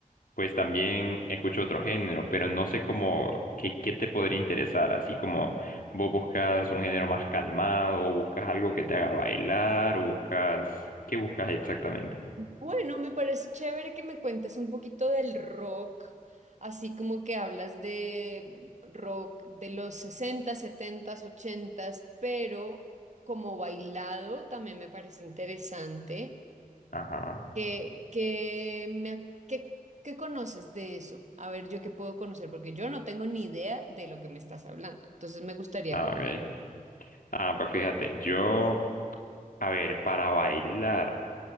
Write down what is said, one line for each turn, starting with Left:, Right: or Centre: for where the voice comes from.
Left: Pues también escucho otro género, pero no sé cómo, qué, qué te podría interesar, así como vos buscas un género más calmado, o buscas algo que te haga bailar, o buscas, ¿qué buscas exactamente?
Right: Bueno, me parece chévere que me cuentes un poquito del rock, así como que hablas de rock de los 60, 70, 80, pero como bailado también me parece interesante.
Left: Ajá,
Right: ¿Qué, qué me, qué, qué conoces de eso? A ver, yo qué puedo conocer, porque yo no tengo ni idea de lo que me estás hablando. Entonces me gustaría
Left: ah,
Right: conocer.
Left: ok. Ah, pues fíjate, yo, a ver, para bailar,